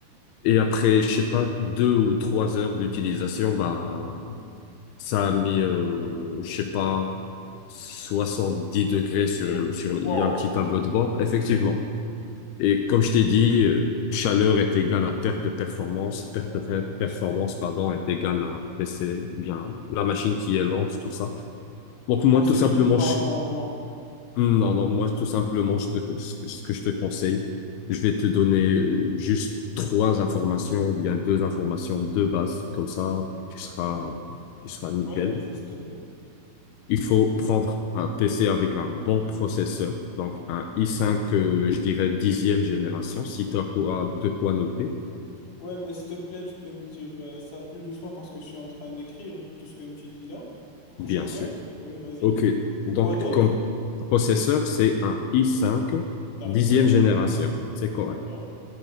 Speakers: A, on the left; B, on the left.
A: Et après, je sais pas, deux ou trois heures d'utilisation, bah ça a mis, euh, je sais pas, 70 degrés sur le, sur le-
B: Wow.
A: il y a un petit tableau de bord, effectivement. Et comme je t'ai dit, euh, chaleur est égale à perte de performance, perte
B: Ouais, donc,
A: de performance,
B: euh,
A: pardon, est égale à PC, eh bien, la machine qui est lente, tout ça. Donc, moi,
B: donc
A: tout
B: c'est
A: simplement,
B: du tout pas
A: je-
B: un bon plan.
A: hmm, non, non, moi, tout simplement, je te- ce que ce que je te conseille, je vais te donner euh, juste trois informations, ou bien deux informations de base, comme ça, tu seras, tu seras nickel.
B: Ouais, vas-y, s'il te plaît.
A: Il faut prendre un PC avec un bon processeur, donc un i5, euh, je dirais dixième génération, si tu as quoi- de quoi noter.
B: Ouais, mais s'il te plaît, tu peux me dire euh, ça plus doucement parce que je suis en train d'écrire tout ce que tu dis là, pour que
A: Bien
B: je le note.
A: sûr.
B: Oui, vas-y.
A: OK.
B: Et
A: Donc,
B: et quoi d'autre?
A: comme processeur, c'est un i5,
B: D'accord,
A: dixième génération.
B: d'accord,
A: C'est correct.